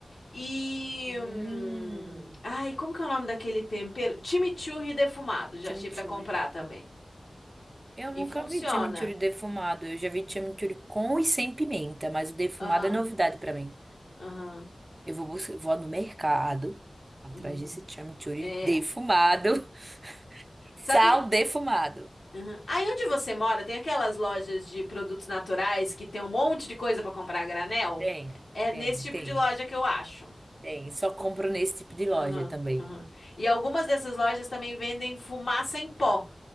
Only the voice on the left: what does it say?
e.
hum, ai, como que é o nome daquele tempero? Chimichurri defumado, já
achei para comprar também.
E
funciona.
Aham,
aham.
uhum.
É,
sabe.
Aham. Aí onde você mora, tem aquelas lojas de produtos naturais que tem um monte de coisa pra comprar a granel?
É
nesse tipo
de loja que eu acho.
Aham,
aham. E algumas dessas lojas também vendem fumaça em pó.